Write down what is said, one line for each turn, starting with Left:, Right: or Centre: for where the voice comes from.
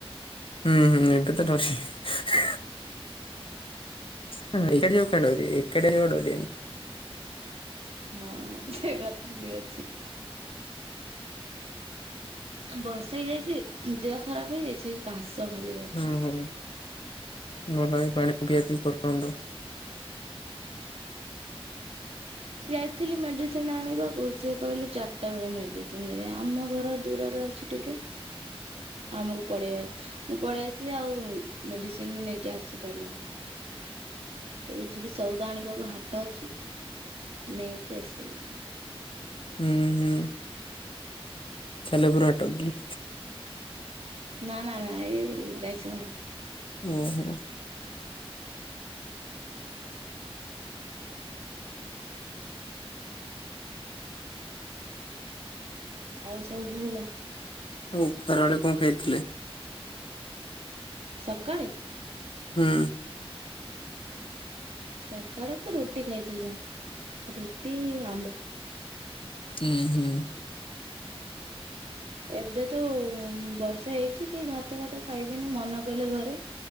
Left: ହୁଁ ହୁଁ ତେତେ ଡରିବେ <unintelligible> ହୁଁ <unintelligible> ଡରିବେନି।
Right: ହଁ ସେ କଥା ବି ଅଛି। ବର୍ଷା ହେଇଯାଇଛି ଦେହ ଖରାପ ହେଇଯାଇଛି। କାଶ ଖାଲି ହଉଛି।
Left: ହୁଁ ହୁଁ ଭଲ କି ପାଣି ପିଆ ପିଇ କରନ୍ତୁ।
Right: ଯାଇଥିଲି ମେଡିସିନ ଆଣିବାକୁ ସିଏ କହିଲେ ଚାରିଟା ବେଳେ ମେଡିସିନ ଦେବେ। ଆମ ଘର ଦୂରରେ ଅ ଅଛି ଟିକେ। ଆମକୁ ପଳେଇ ମୁଁ ପଳେଇ ଆସିଲି ଆଉ ମେଡିସିନ ବି ନେଇକି ଆସିପାରିଲିନି। ଏବେ ଯିବି ସଉଦା ଆଣିବାକୁ ହାଟ ଅଛି ନେଇକି ଆସିବି।
Left: ହୁଁ ହୁଁ। ତାହେଲେ ପୁରା ଡଗି।
Right: ନା ନା ନା ଇଏ ରାଇସ <unintelligible>
Left: ହୁଁ ହୁଁ।
Right: ଆଉ ସବୁ ଭଲ?
Left: ଆଉ ଖରାବେଳେ କଣ ଖାଇଥିଲେ?
Right: ସକାଳେ?
Left: ହୁଁ।
Right: ସକାଳେ ତ ରୁଟି ଖାଇଥିଲୁ ରୁଟି ଆମ୍ବ।
Left: ହୁଁ ହୁଁ।
Right: ଏବେ ତ ଉଁ ବର୍ଷା ହେଇଛି କେହି ଭାତ ଭାତ ଖାଇବେନି ମନା କଲେ ଘରେ।